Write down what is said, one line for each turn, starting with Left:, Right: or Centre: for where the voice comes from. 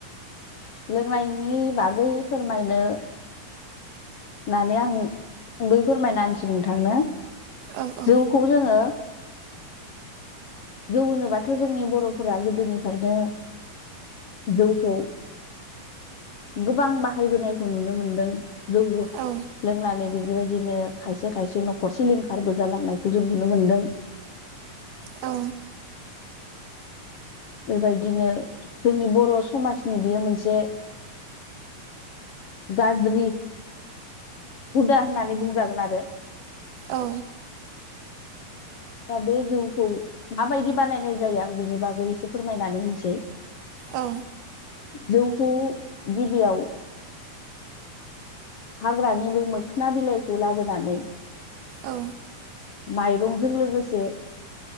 Left: लोंनायनि बागै फोरमायनो नानै आं सुंद'यै फोरमायना होन्सै नोंथांनो।
Right: औ औ
Left: जौखौ जोङो जौ होनोबाथ' जोंनि बर'फोरा गोदोनिफ्रायनो जौखौ गोबां बाहायबोनायखौ नुनो मोनदों। जौ
Right: औ
Left: लोंनानै बेफोरबायदिनो खायसे खायसे न'खर सिलिंखारबो जालांनायखौ जों नुनो मोन्दों।
Right: औ।
Left: बेबायदिनो जोंनि बर' समाजनि बियो मोनसे गाज्रि हुदा होननानै बुंजागोन आरो।
Right: औ।
Left: दा बे जौखौ माबायदि बानायनाय जायो आं बेनि बागै एसे फोरमायनानै होनिसै।
Right: औ।
Left: जौखौ गिबियाव हाग्रानि बै मोखोना बिलाइखौ लाबोनानै
Right: औ।
Left: माइरंजों लोगोसे